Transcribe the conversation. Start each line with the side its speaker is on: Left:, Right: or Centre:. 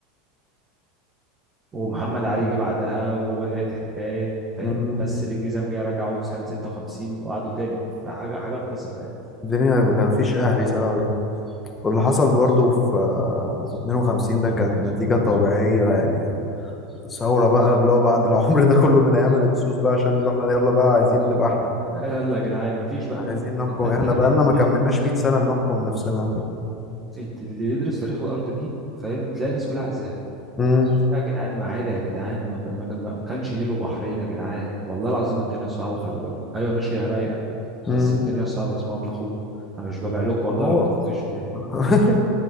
Right: ومحمد علي جه بعدها وبدأت حكاية فاهم
Left: مم.
Right: بس الانجليزي قام جاي رجعوا سنة 56 وقعدوا تاني فحاجة حاجة قذرة يعني
Left: الدنيا ما فيش أهل يسأل عليه واللي حصل برضه في في 52 ده كانت نتيجة طبيعية يعني ثورة بقى اللي هو بعد العمر ده كله من أيام الهكسوس بقى عشان احنا يلا بقى عايزين نبقى احنا
Right: يلا يا جدعان مفيش بقى
Left: عايزين
Right: منه
Left: نحكم
Right: انت انت
Left: احنا
Right: اللي
Left: بقالنا ما كملناش 100 سنة بنحكم نفسنا طب
Right: انت اللي يدرس تاريخ الارض دي فاهم تلاقي الناس كلها عايزاها
Left: مم.
Right: يا جدعان ما عادي يا جدعان ما, ما, ما ما كانش نيل وبحرين يا جدعان والله العظيم الدنيا صعبة خلي بالكم ايوه ماشي يا رايقة بس
Left: مم.
Right: الدنيا صعبة اسمعوا من اخوكم انا مش ببيع لكم والله
Left: هو
Right: ولا بطفشكم يعني
Left: <laughs>